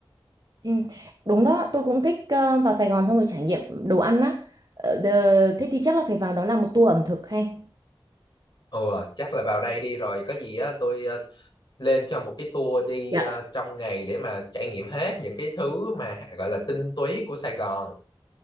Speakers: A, on the right (about 50°); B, on the left (about 55°).
A: Ừ. Đúng đó tôi cũng thích ờ, vào Sài Gòn xong rồi trải nghiệm đồ ăn á Ờ, đờ- thế thì chắc là phải vào đó làm một tour ẩm thực hay
B: Ừ, chắc là vào đây đi rồi có gì á tôi ờ, lên cho một cái tour đi
A: Dạ.
B: ờ, trong ngày để mà trải nghiệm hết những cái thứ mà gọi là tinh túy của Sài Gòn.